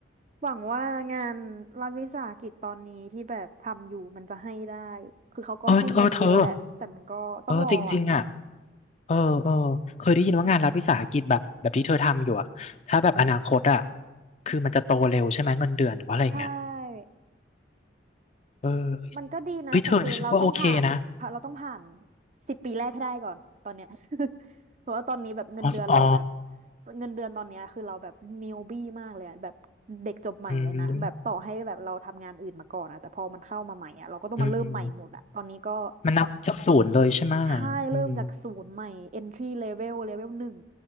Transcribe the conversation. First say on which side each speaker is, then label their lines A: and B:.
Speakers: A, on the right (about 40°); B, on the left (about 35°).
A: หวังว่างานรัฐวิสาหกิจตอนนี้ที่แบบทำอยู่มันจะให้ได้คือเขาก็ให้เงินเยอะแหละแต่มันก็ต้องรออ่ะ
B: เออเออเธอเออจริงๆอ่ะเออเออเคยได้ยินว่างานรัฐวิสาหกิจแบบแบบที่เธอทำอยู่อ่ะถ้าแบบอนาคตอ่ะคือมันจะโตเร็วใช่ไหมเงินเดือนหรือว่าอะไรอย่างเงี้ย
A: ใช่
B: เออ
A: มันก็ดีนะแต่คือเราต้องผ่านเราต้องผ่าน
B: เฮ้ยเธอฉันว่าโอเคนะ
A: สิบปีแรกให้ได้ก่อนตอนเนี้ย <laughs> เพราะว่าตอนนี้แบบเงินเดือนเราแบบ
B: อ๋ออ๋อ
A: เงินเดือนตอนเนี้ยคือเราแบบนิวบี้มากเลยอะแบบเด็กจบใหม่เลยนะแบบต่อให้แบบเราทำงานอื่นมาก่อนอะแต่พอมันเข้ามาใหม่อะเราก็ต้องมาเริ่มใหม่หมดอะตอนนี้ก็
B: อืมอืมอืมมันนับจากศูนย์เลยใช่ไหมะ
A: ใช่เริ่มจากศูนย์ใหม่
B: อืม
A: entry level level หนึ่ง